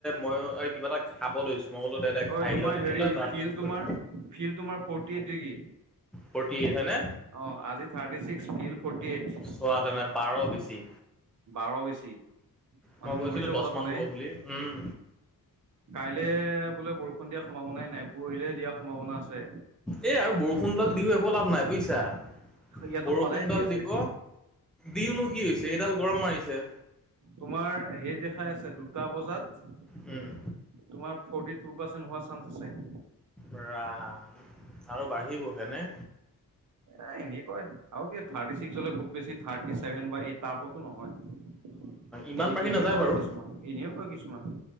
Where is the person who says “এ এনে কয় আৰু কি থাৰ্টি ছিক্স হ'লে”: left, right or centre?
Right